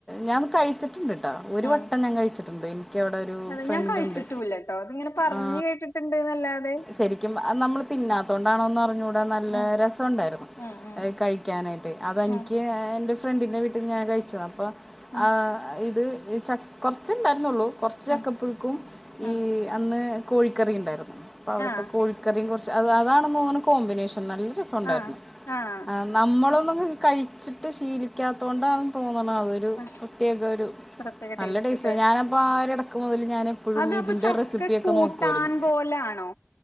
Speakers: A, in the centre; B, on the left.
A: ഞാന് കഴിച്ചിട്ണ്ട് ഒരു
B: ഉം
A: വട്ടം ഞാൻ കഴിച്ചിട്ട് <unintelligible> ക്കവിടെ ഒരു
B: അതെ
A: ഫ്രണ്ട്
B: ഞാൻ കഴിച്ചിട്ടൂല്ലട്ടോ
A: ഉണ്ട്
B: അതിങ്ങനെ പറഞ്ഞു
A: ആ
B: കേട്ടിട്ടുണ്ട്ന്നല്ലാതെ
A: ശരിക്കും നമ്മള് തിന്നാതോണ്ടാണോന്ന് അറിഞ്ഞൂട നല്ല
B: ഉം
A: രസൊണ്ടായിരുന്നു
B: ഉം ഉം
A: കഴിക്കാനായിട്ട് അതെനിക്
B: ഉം
A: <unintelligible> ഞാൻ കഴിച്ചതാ അപ്പം
B: ഉം
A: ആ ഇത് ഈ ചക് കുറച്ച്ണ്ടായിരുന്നൊള്ളൂ കോർച്
B: ഉം
A: ചക്കപ്പുഴുക്കും
B: ഉം
A: ഈ അന്ന് കോഴിക്കറി ഉണ്ടായിര് അവിടുത്തെ
B: ആഹ്
A: കോഴിക്കറിയും കോറച്ച് അതാണെന്ന് നെ കോമ്പിനേഷൻ നല്ല രസണ്ടായിരുന്നു
B: ആഹ് ആഹ്
A: നമ്മളോന്നും കഴിച്ചിട്ട് ശീലിക്കാമേ തോണ്ടന്ന് തോന്ന് അതൊരു
B: ആഹ്
A: പ്രത്യേക ഒരു
B: പ്രത്യേക
A: നല്ല ടേസ്റ്റ്
B: അല്ലേ
A: ഞാനപ്പൊ ആര് ഇടക്ക മുതല് ഞാൻ എപ്പോഴും
B: അത് അപ്പൊ
A: ഇതിന്റെ
B: ചക്ക
A: റെസിപ്പി ഒക്കെ
B: കൂട്ടാൻ
A: നോക്കുവായിരുന്നു
B: പോലാണോ